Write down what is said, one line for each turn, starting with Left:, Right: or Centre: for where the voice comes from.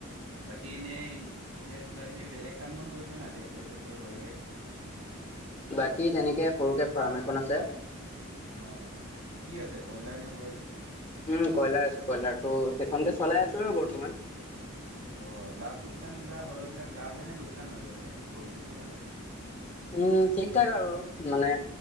Right: বাকী এনেই এতিয়া কিবা কিবি বেলেগ কাম বন কৰিছ নাই ট্ৰেক্টৰ চেক্টৰ বাহিৰে।
Left: বাকী তেনেকে সৰুকে ফাৰ্ম এখন আছে।
Right: অঁ অঁ কি আছে কয়লাৰ নে ব্ৰইলাৰ?
Left: উম' কয়লাৰ আছে কয়লাৰ তো সেইখনকে চলাই আছো আৰু বৰ্তমান।
Right: অ' লাভ লোকচান কিবা হয় বোলে। লাভ হয় নে লোকচান হয় বাৰু সেইটোত সৰুকে চলালে।
Left: উম' ঠিক ঠাক আৰু মানে